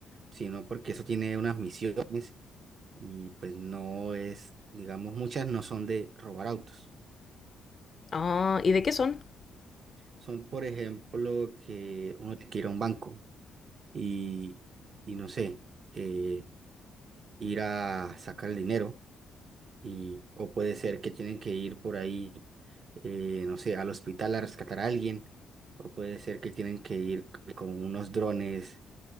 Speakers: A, on the right (about 50°); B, on the left (about 35°).
A: sino porque eso tiene unas misiones y pues no es, digamos, muchas no son de robar autos.
B: Ah, ¿y de qué son?
A: Son, por ejemplo, que uno tiene que ir a un banco y, y no sé, eh, ir a sacar el dinero y, o puede ser que tienen que ir por ahí, eh, no sé, al hospital a rescatar a alguien, o puede ser que tienen que ir c- con unos drones